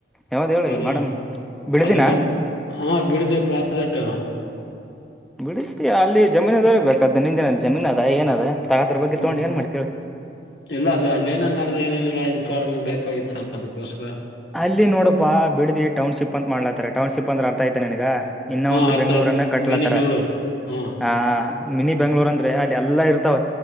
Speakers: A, in the centre; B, on the left (about 65°).
A: ಯಾವ್ದ್ ಹೇಳು
B: ಅದು
A: ಮೇಡಮ್ ಬಿಡದಿನ
B: ಅದು ಕಂ ಹಾ ಬಿಡಿದೆ ಪ್ರಡಕ್ಟ್
A: ಬಿಳಿತ ಅಲ್ಲಿ ಜಮೀನ್ದ ಬೇಕಾದ ನಿಂದಿನಲ್ಲಿ ಜಮೀನ್ ಅದ ಏನದ ತಗದ್ರ ಬಗ್ಗೆ
B: ಹ್ಮ
A: ತೊಗೊಂಡ್ ಏನ್ ಮಾಡ್ತೇಳ
B: ಇಲ್ಲ ಅದ ಅಲ್ಲಿ ಏನ ಏೇನಿಲ್ಲ ಇನ್ಫಾರ್ಮ್ ಬೇಕಾಗಿತ್ತು ಸ್ವಲ್ಪದಕೋಸ್ರ
A: ಅಲ್ಲಿ ನೋಡಪಾ ಬಿಡಿ ಟೌನ್ಶಿಪ್ ಅಂತ ಮಾಡ್ಲಾತಾರ ಟೌನ್ ಶಿಪ್ ಅಂದ ಅರ್ಥ ಆಐತೆನೆ ನನ್ಗ ಇನ್ನ
B: ಹಾ
A: ಒಂದು
B: ಅರ್ಥ
A: ಬೆಂಗ್ಳೂರನ್ನ
B: ಆಯ್ತು
A: ಕಟ್ಲತ್ತರ
B: ಮಿನಿ ಬೆಂಗಳೂರು ಹ್ಮ್
A: ಹಾ ಮಿನಿ ಬೆಂಗ್ಳೂರ್ ಅಂದ್ರೆ ಅಲ್ಲಿ ಎಲ್ಲ ಇರ್ತವೆ